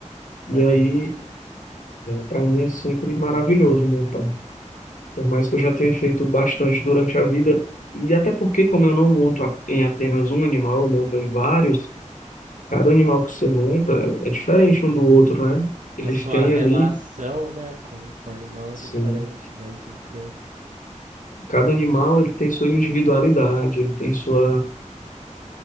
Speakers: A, on the left; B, on the right.
A: E
B: Aham.
A: aí, para mim, é sempre maravilhoso montar. Por mais que eu já tenha feito bastante durante a vida, e até porque, como eu não monto a- em apenas um animal, eu monto em vários, cada animal que você monta é é diferente um do outro, né? Eles
B: A sua
A: têm
B: relação,
A: ali,
B: né, com, com o animal é
A: sim,
B: diferente daí de um pro outro.
A: cada animal ele tem sua individualidade, ele tem sua